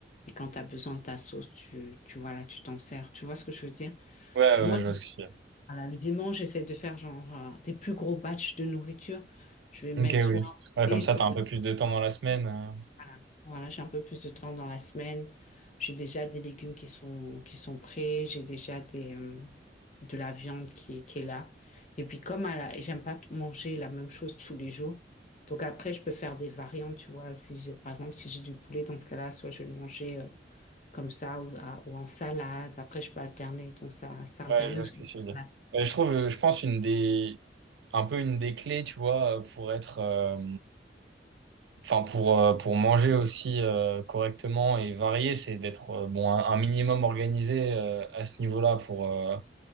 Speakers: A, on the left (about 40°); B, on the right (about 80°).
A: et quand tu as besoin de ta sauce, tu, tu vois là, tu t'en sers. Tu vois ce que je veux dire?
B: ouais,
A: Moi,
B: ouais, je
A: le,
B: vois ce que tu veux dire.
A: voilà, le dimanche, j'essaie de faire genre euh, des plus gros batchs de nourriture. Je vais mettre
B: Ok,
A: soit
B: oui.
A: un
B: Ouais,
A: poulet,
B: comme ça,
A: soit
B: t'as un peu plus de temps dans la semaine. euh.
A: Voilà, Voilà, j'ai un peu plus de temps dans la semaine. J'ai déjà des légumes qui sont, qui sont prêts. J'ai déjà des, euh, de la viande qui, est- qui est là. Et puis, comme à la, et j'aime pas t- manger la même chose tous les jours. Donc, après, je peux faire des variantes, tu vois. Si j'ai, par exemple, si j'ai du poulet, dans ce cas-là, soit je vais le manger, euh, comme ça ou, à- ou en salade. Après, je peux alterner. Donc, ça, ça me
B: Ouais,
A: permet
B: je vois
A: aussi.
B: ce que tu veux dire.
A: Ouais.
B: Ouais, je trouve, euh, je pense, une des, un peu une des clés, tu vois, euh, pour être, euh, Enfin, pour, euh, pour manger aussi euh, correctement et varier, c'est d'être euh, bon, un, un minimum organisé euh, à ce niveau-là pour, euh,